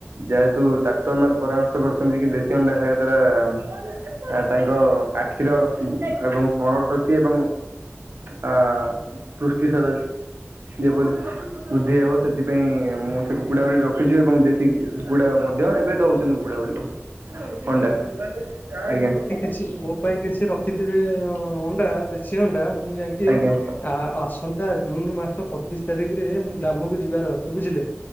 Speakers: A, on the right; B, on the left.
A: ଯାହାତୁ ଡାକ୍ତର ମାନେ ପରାମର୍ଶ କରୁଚନ୍ତି କି ଦେଶୀ ଅଣ୍ଡା ଖାଇବା ଦ୍ଵାରା ତାଙ୍କ ଆଖିର ଏବଂ ସ୍ମରଣ ଶ କ୍ତି ଏବଂ ଆ ପୃଷ୍ଟି ସାର ଯେବରି ବୃଦ୍ଧି ହେବ ସେଥିପାଇଁ ମୁଁ କୁକୁଡା ଗୁଡିକ ରଖିଚି ଏବଂ ଦେଶୀ କୁକୁଡା ମଧ୍ୟ ଏବେ ଦୋଉଚନ୍ତି କୁକୁଡା ଗୁଡିକ। ଅଣ୍ଡା ଆଜ୍ଞା।
B: ଛି ମୋ ପାଇଁ କିଛି ରଖିଥିବେ ଅଣ୍ଡା ଦେଶୀ ଅଣ୍ଡା ମୁଁ ଯାଇଙ୍କି
A: ଆଜ୍ଞା
B: ଆ ଆସନ୍ତା ଜୁନ ମାସ ପଚିଶ ତାରିଖରେ ମୁଁ ଗ୍ରାମକୁ ଯିବାର ଅଛି ବୁଝିଲେ?